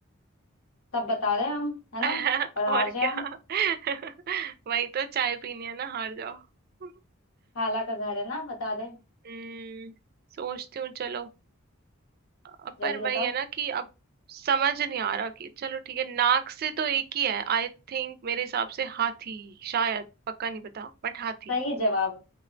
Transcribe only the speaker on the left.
सब बता दें हम है
ना और हार
जाए
हम
खाला का घर है ना बता दें
जल्दी
बताओ
सही जवाब